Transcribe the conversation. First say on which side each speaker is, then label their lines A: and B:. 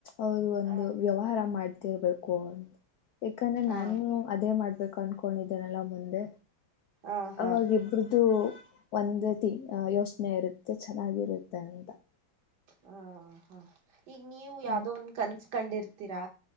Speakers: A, on the left; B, on the right.
A: ಅವರು ಒಂದು
B: ಆ
A: ವ್ಯವಹಾರ ಮಾಡ ತೆಳ್ಬೇಕೊ. ಯಾಕಂದ್ರ ನಾನು
B: ಆ
A: ಅದೇ ಮಾಡ್. ಬೇಕ್ ಅನ್ಕೊಂಡಿದ್ದನಲ್ಲ ಮುಂದೆ.
B: ಆ ಹಾ
A: ಅವಾಗ ಇಬ್ರುದು. ಒಂದ ತ್ ಯೋಚನೆ ಇರತ್ತೆ ಚೆನ್ನಾಗಿರುತ್ತೆ ಅಂತಾ.
B: ಹಾ ಹಾ ಈಗ ನೀವು ಯಾವ್ದೋ
A: ಹ್ಮ್
B: ಒಂದ್ ಕನಸ್. ಕಂಡಿರ್ತೀರಾ.